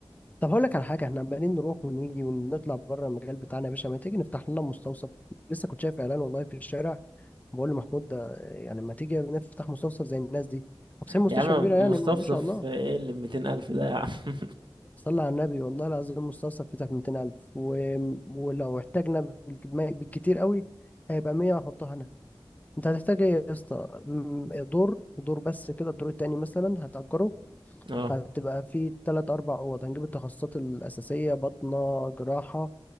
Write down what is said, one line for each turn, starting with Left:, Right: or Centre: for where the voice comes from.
Left: طب هقول لك على حاجه احنا عمالين نروح ونيجي ونطلع بره المجال بتاعنا يا باشا ما تيجي نفتح لنا مستوصف لسه كنت شايف اعلان والله في الشارع بقول لمحمود ده يعني ما تيجي نفتح مستوصف زي الناس دي فاتحين مستشفى
Right: يا عم
Left: كبيره يعني
Right: مستفصف
Left: ما شاء الله
Right: آه، ايه اللي بميتين ألف ده يا عم <laughs>
Left: صلى على النبي والله العظيم المستوصف فتح ب 200000 و... ولو احتاجنا بالك- بالكتير قوي هيبقى 100 هحطها هنا انت هتحتاج ايه يا اسطى م- دور دور بس كده الدور التاني مثلا هتأجره
Right: اه
Left: هتبقى في تلات أربع أوض هنجيب التخصصات الأساسية بطنة جراحة